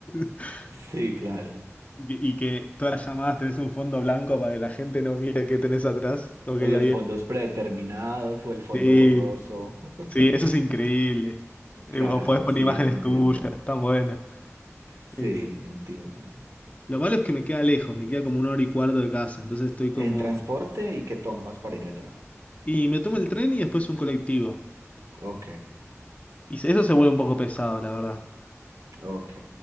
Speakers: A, on the left; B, on the right.
A: <laughs>
B: Sí, claro.
A: y, y que todas las llamadas tenés un fondo blanco para que la gente no mire qué tenés atrás, lo
B: O
A: que hay
B: los fondos
A: ahí.
B: predeterminados o el fondo
A: Sí,
B: borroso. <laughs>
A: sí, eso es increíble. Eh,
B: Claro,
A: O podés poner
B: sí,
A: imágenes
B: entiendo.
A: Sí. tuyas, tan buenas.
B: Sí,
A: Eh,
B: entiendo.
A: lo malo es que me queda lejos, me queda como una hora y cuarto de casa, entonces estoy como...
B: ¿En transporte y qué tomas para ir allá?
A: Y me tomo el tren y después un colectivo.
B: Ok,
A: Y eso se vuelve un poco pesado, la verdad.
B: ok.